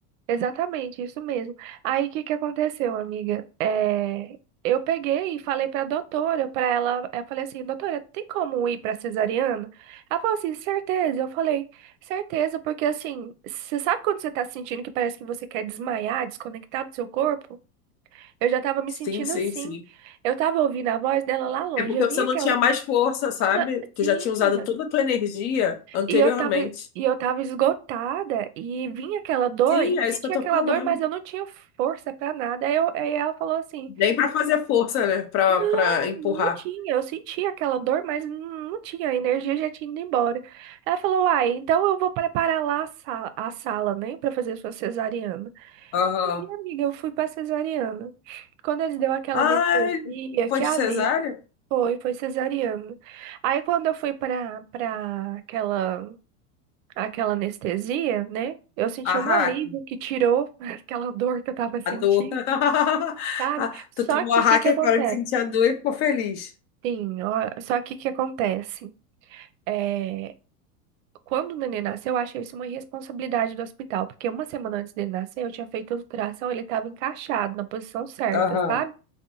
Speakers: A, on the right; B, on the left.
A: Exatamente, isso mesmo. Aí, o que que aconteceu, amiga? É, eu peguei e falei pra doutora, pra ela. Eu falei assim, doutora, tem como ir pra cesariana? Ela falou assim, certeza. Eu falei, certeza, porque assim, você sabe quando você tá sentindo que parece que você quer desmaiar, desconectar do seu corpo? Eu já tava me
B: Sim,
A: sentindo
B: sim,
A: assim.
B: sim.
A: Eu tava ouvindo a voz dela lá longe.
B: É porque
A: Eu
B: você
A: vinha
B: não
A: aquela
B: tinha mais força, sabe?
A: Na-
B: Tu
A: Sim,
B: já tinha usado
A: menina.
B: toda a tua energia anteriormente.
A: E eu tava, e eu tava esgotada e vinha aquela dor,
B: Sim,
A: e eu
B: é
A: sentia
B: isso que eu tô
A: aquela
B: falando.
A: dor, mas eu não tinha força pra nada. Aí, eu, aí ela falou assim:
B: Nem pra fazer força, né? Pra,
A: Não,
B: pra empurrar.
A: não tinha. Eu sentia aquela dor, mas não não tinha. A energia já tinha ido embora. Ela falou: Uai, então eu vou preparar lá a sala, a sala, né, pra fazer sua cesariana.
B: Aham.
A: E amiga, eu fui pra cesariana. Quando eles deu aquela
B: Ai,
A: anestesia,
B: foi
A: que
B: de
A: ali
B: cesárea?
A: foi, foi cesariana. Aí quando eu fui pra, pra aquela. aquela anestesia, né? Eu senti
B: A
A: um
B: hack.
A: alívio que tirou <laughs> aquela dor que eu tava sentindo,
B: A dor. <laughs>
A: sabe?
B: Ah,
A: Só
B: Tu tomou
A: que
B: a hack
A: o que que
B: e
A: acontece?
B: parou de sentir a dor e ficou feliz.
A: Sim, ó, só que o que acontece? É, quando o neném nasceu, eu achei isso uma irresponsabilidade do hospital, porque uma semana antes dele nascer, eu tinha feito a ultrassom, ele estava encaixado na posição certa,
B: Aham.
A: sabe?